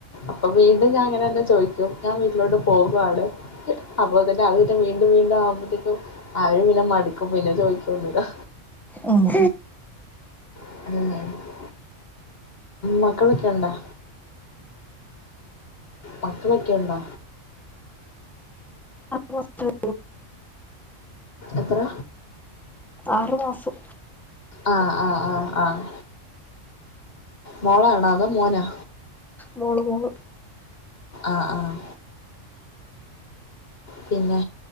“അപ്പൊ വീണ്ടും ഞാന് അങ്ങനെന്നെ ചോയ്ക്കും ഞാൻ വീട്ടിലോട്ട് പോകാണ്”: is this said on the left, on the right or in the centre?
Left